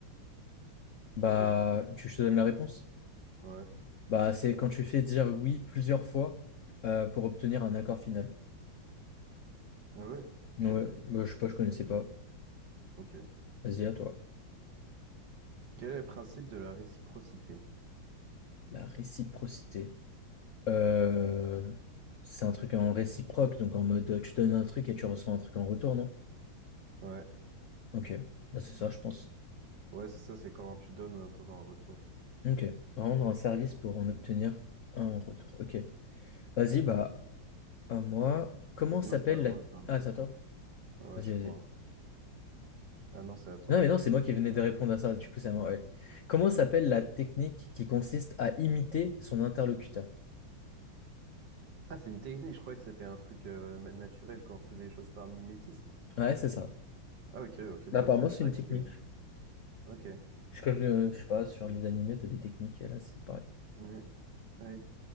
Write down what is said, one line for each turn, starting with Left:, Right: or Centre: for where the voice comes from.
Right: Je
Left: Bah,
Right: sais pas du tout.
Left: tu je te donne la réponse?
Right: Ouais.
Left: Bah, c'est quand tu fais dire oui plusieurs fois euh, pour obtenir un accord final.
Right: Ah ouais, c'est.
Left: Ouais, bah, je sais pas,
Right: Je
Left: je connaissais
Right: connais pas
Left: pas.
Right: du tout. Ok.
Left: Vas-y, à toi.
Right: Quel est le principe de la réciprocité?
Left: La réciprocité. Euh, c'est un truc en réciproque, donc en mode euh, tu donnes un truc et tu reçois un truc en retour, non?
Right: Ouais.
Left: Ok, bah, c'est ça, je pense.
Right: Ouais, c'est ça, c'est quand tu donnes en attendant un retour. ouais.
Left: Ok, rendre un service pour en obtenir un en retour. Ok, vas-y, bah, à moi. Comment
Right: Sinon,
Left: s'appelle
Right: c'était à
Left: la.
Right: moi. c'est à moi.
Left: Ah, c'est à toi?
Right: Ouais,
Left: Vas-y,
Right: je
Left: vas-y.
Right: crois. Ah non, c'est à toi.
Left: Non, mais non, c'est moi qui venais de répondre à ça. Du coup, c'est à moi. ouais. Comment s'appelle la technique qui consiste à imiter son interlocuteur?
Right: Ah, c'est une technique, je croyais que c'était un truc euh, ma- naturel quand on faisait les choses par mimétisme.
Left: Ouais, c'est ça.
Right: Ah ok, ok,
Left: Bah,
Right: bah
Left: apparemment,
Right: c'est.
Left: c'est
Right: Je croyais
Left: une technique.
Right: que c'était. Ok.
Left: Je, comme, euh, je sais pas, sur les animés, t'as des techniques. et Là, c'est pareil.
Right: Mhm. Ouais.